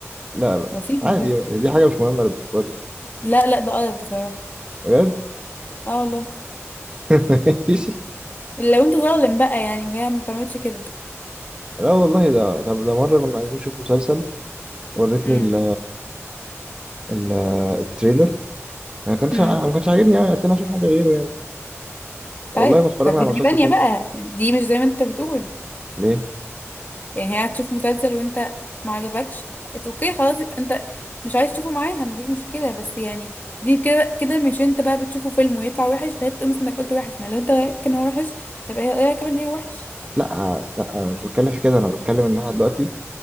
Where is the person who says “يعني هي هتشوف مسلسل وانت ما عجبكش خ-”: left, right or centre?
Left